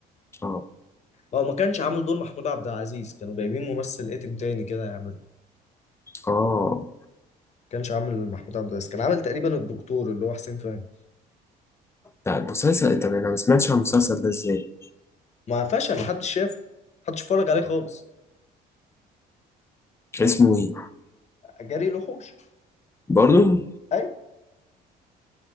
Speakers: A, on the left; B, on the left.
A: اه
B: هو ما كانش عامل دور محمود عبد العزيز كانوا جايبين ممثل اتم تاني كده يعمله
A: اه
B: كانش عامل محمود عبد العزيز كان عامل تقريبا الدكتور اللي هو حسين فهمي
A: لا المسلسل طب انا ما سمعتش عن المسلسل ده ازاي
B: ما فشل محدش شافه محدش اتفرج عليه خالص
A: اسمه ايه
B: جري الوحوش
A: برضو
B: ايوه